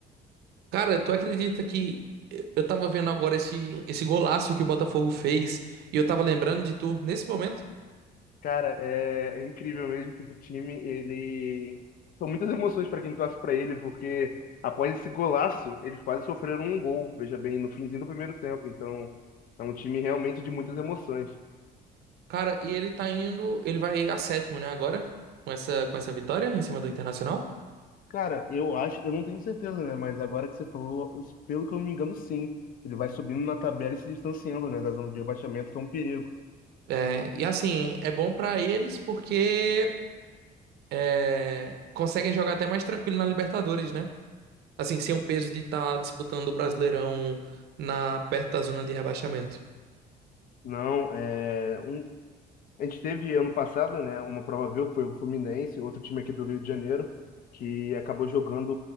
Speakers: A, on the right; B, on the left.
A: Cara, tu acredita que eu tava vendo agora esse, esse golaço que o Botafogo fez e eu tava lembrando de tu nesse momento?
B: Cara, é, é incrível mesmo que esse time, ele... São muitas emoções para quem torce para ele, porque após esse golaço, eles quase sofreram um gol, veja bem, no finzinho do primeiro tempo. Então, é um time realmente de muitas emoções.
A: Cara, e ele tá indo, ele vai a sétimo, né, agora, com essa, com essa vitória em cima do Internacional.
B: Cara, eu acho, eu não tenho certeza, né? Mas agora que você falou, pelo que eu me engano, sim. Ele vai subindo na tabela e se distanciando, né, da zona de rebaixamento, que é um perigo.
A: É, e assim, é bom pra eles porque é, conseguem jogar até mais tranquilo na Libertadores, né? Assim, sem o peso de estar disputando o Brasileirão na, perto da zona de rebaixamento.
B: Não, é um, a gente teve ano passado, né, uma prova viu que foi o Fluminense, outro time aqui do Rio de Janeiro, que acabou jogando